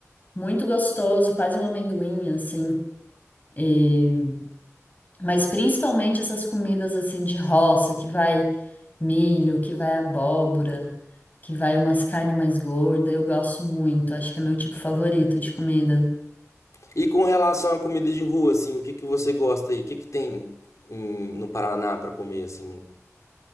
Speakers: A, on the left (about 30°); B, on the left (about 70°).
A: muito gostoso, quase um amendoim, assim. E- Mas principalmente essas comidas assim de roça, que vai milho, que vai abóbora, que vai umas carnes mais gordas. Eu gosto muito. Acho que é meu tipo favorito de comida.
B: E com relação à comida de rua, assim, o que que você gosta aí? O que que tem em- no Paraná pra comer, assim?